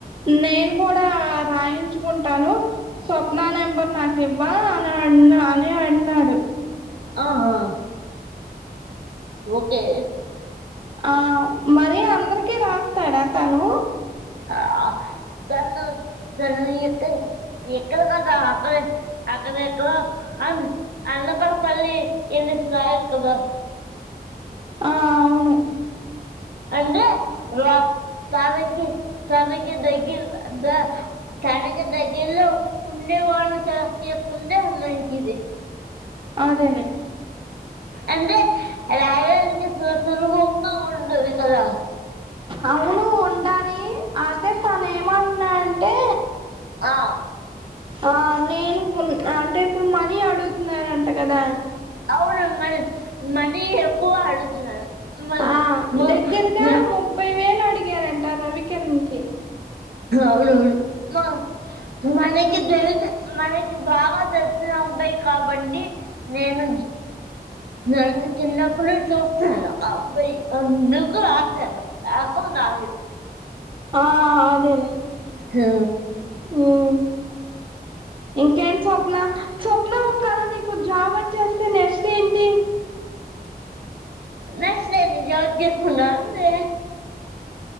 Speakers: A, on the right (about 30°); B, on the right (about 75°).
A: నేను కూడా రాయించుకుంటాను స్వప్న నెంబర్ నాకు ఇవ్వా అని అన్నా అని అన్నాడు
B: ఆహా ఓకే
A: ఆ మరి అందరికి రాస్తాడా తను
B: ఆ పనులు ఎక్క ఎక్క కదాకలే అక్కడ ఎక్కడో అ అనకాపల్లిలో ఎన్ని ఫ ఇకద
A: ఆ అవును
B: అంటే రా తనకీ తనకి దగ్గర తనకు దగ్గర్లో ఉండే వాళ్ళు చేసుకుంటే మంచిది
A: అదే లే
B: అంటే రా సుభంగ ఉంటది కదా
A: అవును ఉండాలి అదే తను ఏమంటున్నాడంటే
B: ఆ,
A: ఆ నేను అంటే ఇప్పుడు మనీ అడుగుతున్నారంట కదా
B: అవునుంగా మనీ ఎప్పు అడుగుతున్నారు మ-
A: ఆ
B: మ-
A: దగ్గరగా
B: మ-
A: ముప్పై వేలు అడిగారంట. రవి కేం నికి
B: అవునవును మా <unintelligible> తెలుతే మనకి బాగా తెలిసిన అబ్బాయి కాబట్టి నేను నన్ను చిన్నప్పుడు చూస్తున్నారు ఆ అబ్బాయి అందుకు రాశాను రాకం రాయుడు
A: ఆ అదేలే
B: ఆ
A: హ్ ఇకేం స్వప్న స్వప్నా ఒకేల నీకు జాబ్ వొచ్చేస్తే నెక్స్ట్ ఏంటి.
B: నచ్చలేదు. <unintelligible> జేసుకున్న అంతే